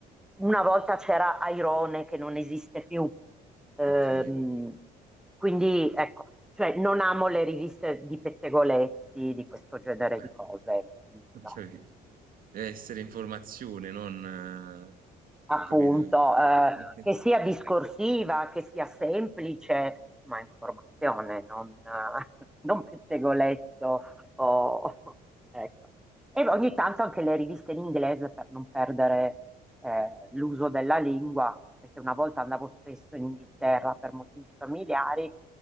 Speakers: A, in the centre; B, on the right.
A: una volta c'era Airone che non esiste più. Ehm,
B: Ok.
A: quindi ecco, cioè non amo le riviste di pettegolezzi, di questo genere
B: Ok.
A: di cose.
B: Ho
A: No.
B: capito. Deve essere informazione, non ehm,
A: appunto,
B: ho capito che
A: eh,
B: <laughs>
A: che sia discorsiva, che sia semplice, ma informazione, non, eh, <laughs> non pettegolezzo. o- <laughs> ecco. E ogni tanto anche le riviste in inglese per non perdere eh, l'uso della lingua, perché una volta andavo spesso in Inghilterra per motivi familiari,